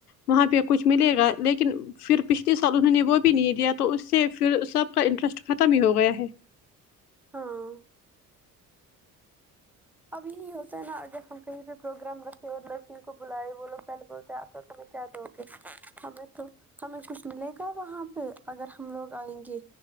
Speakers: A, on the left; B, in the centre.
A: وہاں پہ کچھ ملے گا لیکن پھر پچھلے سال انہوں نے وہ بھی نہیں دیا تو اس سے پھر سب کا انٹرسٹ ختم ہی ہو گیا ہے
B: ہاں اب یہی ہوتا ہے نا اگر ہم کہیں پہ پروگرام رکھے اور لڑکیوں کو بلائے وہ لوگ پہلے بہ آ تو کیا دو گے ہمیں تو ہمیں کچھ ملے گا وہاں پہ اگر ہم لوگ آئیں گے